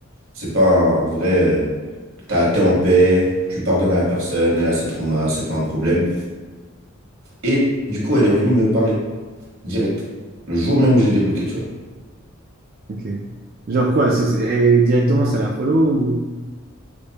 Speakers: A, on the right; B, on the right.
A: c'est pas un- en vrai, euh, t'as- t'es en paix, tu pardonnes à la personne, elle a ses traumas, c'est pas un problème. Et du coup, elle est revenue me parler, direct, le jour même où j'ai débloqué, tu vois.
B: Ok. Genre quoi, c'est, c'est- et directement ça la follow ou